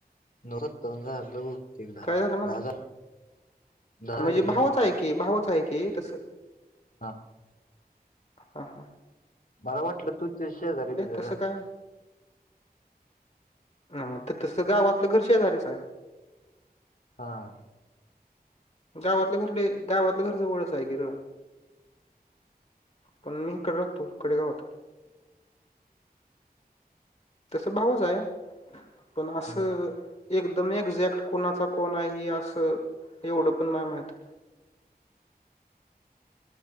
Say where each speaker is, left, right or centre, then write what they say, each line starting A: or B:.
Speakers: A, on the left (about 60°); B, on the left (about 40°).
A: नऊत्तर झालं बहुतेक दहा,
B: काय म्हणलं
A: दहा झालं. दहा
B: म्हणजे
A: झालं एक
B: भावच
A: मिनिट
B: हाय की, भावच हाय की तसं
A: हा.
B: हां, हां.
A: मला वाटलं तू तेज्या शेजारी -बिजारी
B: तसं
A: राहत
B: काय हा, तर तसं गावातलं घर शेजारीच हाय.
A: हां.
B: गावातलं घर लय गावातलं घरच जवळच हाय की र पण मी इकड राहतो खेडे गावात तस भावच हाय पण
A: हम्म
B: असं एकदम एक्झॅक्ट कोणाचा कोण आय हे असं एवढं पण नाय माहित